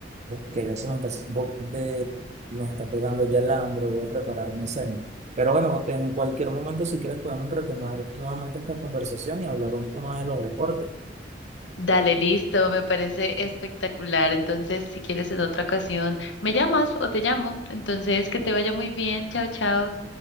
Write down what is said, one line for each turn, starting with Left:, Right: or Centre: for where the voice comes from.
Right: que ya se me está haciendo un poco de, me está pegando ya el hambre, voy a preparar mi cena. Pero bueno, en cualquier momento, si quieres, podemos retomar nuevamente esta conversación y hablar un poco más de los deportes.
Left: Dale, listo, me parece espectacular. Entonces, si quieres en otra ocasión, me llamas o te llamo. Entonces, que te vaya muy bien. Chao, chao.